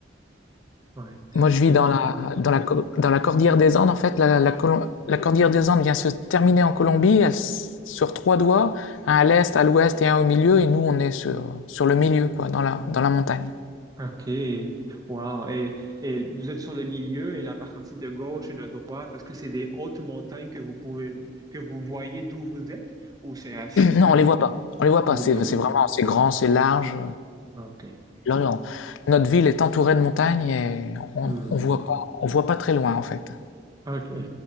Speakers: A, on the right; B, on the left.
A: ouais.
B: Moi, je vis
A: Et-
B: dans la dans la co- dans la cordillère des Andes. En fait, la, la, Colom- la cordillère des Andes vient se terminer en Colombie. Elle s- sur trois doigts, un à l'est, à l'ouest et un au milieu, et nous on est sur, sur le milieu, quoi, dans la, dans la montagne.
A: OK. Wow. Et, et vous êtes sur le milieu et la partie de gauche et de droite, est-ce que c'est des hautes montagnes que vous pouvez que vous voyez d'où vous êtes ou c'est assez loin?
B: Non, on les voit pas. On les voit
A: Vous
B: pas.
A: ne
B: C'est
A: les voyez
B: c'est
A: pas.
B: vraiment, c'est grand, c'est large.
A: OK.
B: Là, on- notre ville est entourée de montagnes et on,
A: Hmm.
B: on voit pas, on voit pas très loin en fait.
A: OK.